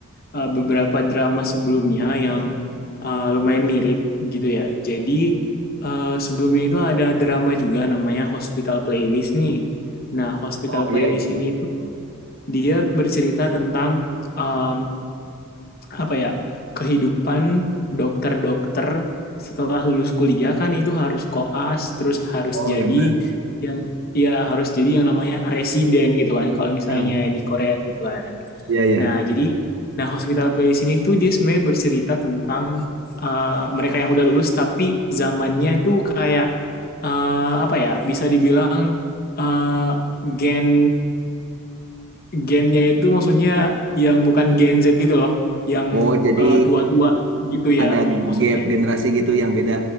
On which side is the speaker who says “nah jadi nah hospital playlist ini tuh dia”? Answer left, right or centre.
Left